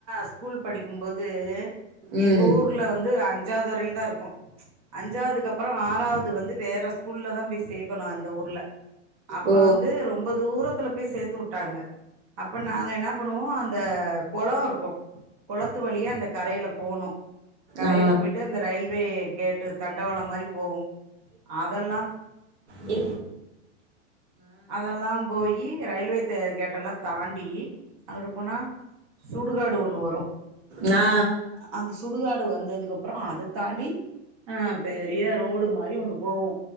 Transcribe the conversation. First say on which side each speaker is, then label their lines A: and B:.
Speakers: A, on the right; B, on the right.
A: ஸ்கூல் படிக்கும்போது
B: ம்
A: எங்க ஊர்ல வந்து அஞ்சாவது வரையில தா இருக்கோ அஞ்சாவதுக்கப்புறோ ஆறாவது வந்து வேற ஸ்கூல்லதா போய் சேக்கணோ அந்த ஊர்ல அப்ப
B: ஓ
A: வந்து ரொம்ப தூரத்துல போய் சேத்து வுட்டாங்க அப்ப நாங்க என்னா பண்ணுவோ அந்த கொளோ இருக்கோ கொளத்து வழியா அந்த கரையில போணோ கரையில
B: ஆ
A: போயிட்டு அந்த ரயில்வே கேட்டு தண்டவாளம் மாரி போகோ அதெல்லா
B: இ
A: அதெல்லா போயி ரயில்வே தெ கேட்டெல்லா தாண்டி அங்குட்டு போனா சுடுகாடு ஒண்ணு வரு
B: நா
A: அந்த சுடுகாடு வந்ததுக்கப்புறோ அத தாண்டி ஆ பெரிய ரோடு மாரி ஒண்ணு போவோ